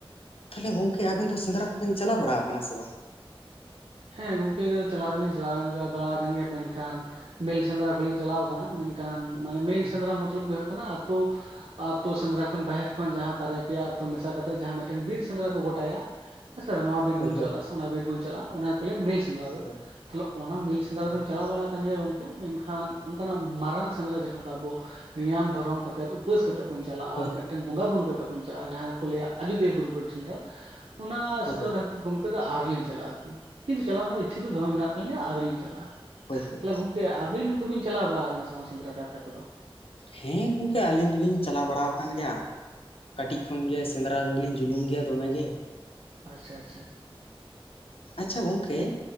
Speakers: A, on the left; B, on the right.
A: ᱛᱟᱦᱚᱞᱮ ᱜᱚᱝᱠᱮ ᱟᱵᱮᱱ ᱫᱚ ᱥᱮᱸᱫᱽᱨᱟ ᱠᱚᱵᱮᱱ ᱪᱟᱞᱟᱣ ᱵᱟᱲᱟᱣ ᱠᱟᱱᱟ ᱥᱮ ᱵᱟᱝ?
B: ᱦᱮᱸ ᱜᱚᱢᱠᱮ ᱪᱟᱞᱟᱣ ᱫᱚᱞᱤᱧ ᱪᱟᱞᱟᱣ ᱮᱱ ᱵᱟᱲᱟ ᱟᱠᱟᱱ ᱜᱮᱭᱟ ᱢᱮᱱᱠᱷᱟᱱ ᱢᱮᱞ ᱥᱮᱸᱫᱽᱨᱟ ᱠᱚᱞᱤᱧ ᱪᱟᱞᱟᱣ ᱠᱟᱱᱟ ᱢᱮᱱᱠᱷᱟᱱ ᱢᱟᱱᱮ ᱢᱮᱞ
A: ᱦᱳᱭ
B: ᱥᱮᱸᱫᱽᱨᱟ ᱢᱚᱛᱞᱚᱵ ᱫᱚ ᱦᱩᱭᱩᱜ ᱠᱟᱱᱟ ᱟᱛᱩ ᱟᱛᱩ ᱥᱮᱸᱫᱽᱨᱟ ᱠᱷᱚᱱ ᱵᱟᱦᱮᱨ ᱠᱷᱚᱱ ᱡᱟᱦᱟᱸ ᱵᱟᱨᱭᱟ ᱯᱮᱭᱟᱛᱩ ᱢᱮᱥᱟ ᱠᱟᱛᱮ ᱡᱟᱦᱟᱸ ᱢᱤᱫ ᱴᱮᱱ ᱵᱤᱨ ᱥᱮᱸᱫᱽᱨᱟ ᱠᱚ ᱜᱚᱴᱟᱭᱟ ᱦᱮᱸ ᱥᱮ ᱱᱚᱶᱟ ᱵᱤᱨ
A: ᱦᱳᱭ
B: ᱵᱩᱱ ᱪᱟᱞᱟᱜ-ᱟ
A: ᱦᱳᱭ
B: ᱥᱮ ᱩᱱᱟ ᱵᱤᱨ ᱵᱩᱱ ᱪᱟᱞᱟᱜ-ᱟ ᱩᱱᱟ ᱜᱮ ᱠᱚ ᱞᱟᱹᱭᱟ ᱢᱮᱞ ᱥᱮ ᱥᱮᱸᱫᱽᱨᱟ ᱫᱚ
A: ᱦᱳᱭ
B: ᱛᱟᱦᱚᱞᱮ ᱚᱱᱟ ᱢᱤᱞ ᱥᱮᱸᱫᱽᱨᱟ
A: ᱮᱠᱫᱚᱢ
B: ᱫᱩᱧ
A: ᱮᱠᱫᱚᱢ
B: ᱪᱟᱞᱟᱣ ᱵᱟᱲᱟ ᱠᱟᱱ ᱜᱮᱭᱟ ᱜᱚᱝᱠᱮ ᱢᱮᱱᱠᱷᱟᱱ ᱚᱱᱠᱟᱱᱟᱜ ᱢᱟᱨᱟᱝ ᱥᱮᱸᱫᱽᱨᱟ ᱡᱟᱦᱟᱸ ᱫᱚ ᱟᱵᱚ ᱱᱤᱭᱟᱢ ᱫᱷᱚᱨᱚᱢ ᱠᱟᱛᱮᱫ ᱩᱯᱟᱹᱥ ᱠᱟᱛᱮᱫ ᱵᱚᱱ ᱪᱟᱞᱟᱜᱼᱟ᱾
A: ᱦᱳᱭ
B: ᱢᱤᱫᱴᱮᱱ ᱵᱚᱸᱜᱟᱼᱵᱩᱨᱩ ᱠᱟ ᱠᱟᱛᱮᱫ ᱵᱚᱱ ᱪᱟᱞᱟᱜᱼᱟ᱾ ᱡᱟᱦᱟᱸᱭ ᱠᱚ ᱞᱟᱹᱭᱟ ᱟᱡᱳᱚᱫᱤᱭᱟᱹ ᱵᱩᱨᱩ ᱵᱚᱱ ᱥᱮᱸᱫᱽᱨᱟ ᱚᱱᱟ
A: ᱦᱳᱭ
B: ᱥᱮᱸᱫᱽᱨᱟ
A: ᱦᱳᱭ
B: ᱫᱷᱟᱨᱮ ᱛᱮ ᱜᱚᱢᱠᱮ ᱫᱚ ᱟᱹᱣᱨᱤ ᱞᱤᱧ ᱪᱟᱞᱟᱜᱼᱟ, ᱟᱨᱠᱤ᱾ ᱠᱤᱱᱛᱩ ᱪᱟᱞᱟᱣ ᱨᱮᱱᱟᱜ ᱤᱪᱪᱷᱟᱹ ᱫᱚᱢᱮ ᱢᱮᱱᱟᱜ ᱛᱟᱹᱞᱤᱧᱟ ᱟᱹᱣᱨᱤ ᱞᱤᱧ ᱪᱟᱞᱟᱜᱼᱟ᱾
A: ᱦᱳᱭ ᱦᱳᱭ
B: ᱛᱟᱞᱦᱮ ᱜᱚᱝᱠᱮ ᱟᱵᱤᱱ ᱡᱩᱫᱤᱵᱤᱱ ᱪᱟᱞᱟᱣ ᱵᱟᱲᱟ ᱟᱠᱟᱱᱟ ᱥᱮ ᱵᱟᱝ ᱥᱮᱸᱫᱽᱨᱟ ᱠᱟᱨᱠᱟ ᱠᱚᱫᱚ?
A: ᱦᱮᱸ ᱜᱚᱢᱠᱮ ᱟᱹᱞᱤᱧ ᱫᱚᱞᱤᱧ ᱪᱟᱞᱟᱣ ᱵᱟᱲᱟ ᱟᱠᱟᱱ ᱜᱮᱭᱟ᱾ ᱠᱟᱹᱴᱤᱡ ᱠᱷᱚᱱ ᱜᱮ ᱥᱮᱸᱫᱽᱨᱟ ᱫᱚ ᱟᱞᱤᱧ ᱡᱩᱞᱩᱢ ᱜᱮᱭᱟ ᱫᱚᱢᱮᱜ ᱜᱮ᱾
B: ᱟᱪᱪᱷᱟ ᱟᱪᱪᱷᱟ
A: ᱟᱪᱪᱷᱟ ᱜᱚᱝᱠᱮ